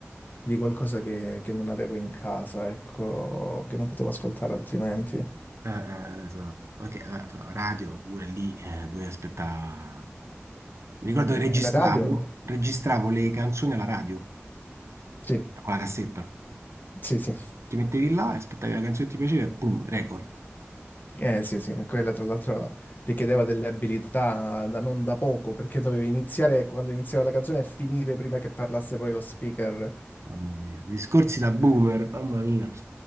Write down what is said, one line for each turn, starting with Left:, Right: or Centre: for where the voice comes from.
Left: di qualcosa che, che non avevo in casa, ecco, che non potevo ascoltare altrimenti.
Right: Ah, ah, esatto. Ok, ah, radio pure lì eh, dove aspettare. Mi ricordo
Left: E
Right: che registravo,
Left: La radio?
Right: registravo le canzoni alla radio,
Left: Sì,
Right: con la cassetta.
Left: sì, sì.
Right: ti mettevi là e aspettavi la canzone che ti piaceva e boom, record.
Left: Eh, sì, sì, quella tra l'altro richiedeva delle abilità da non da poco, perché dovevi iniziare quando iniziava la canzone e finire prima che parlasse poi lo speaker.
Right: Mamma mia, discorsi da boomer, mamma mia. <laughs>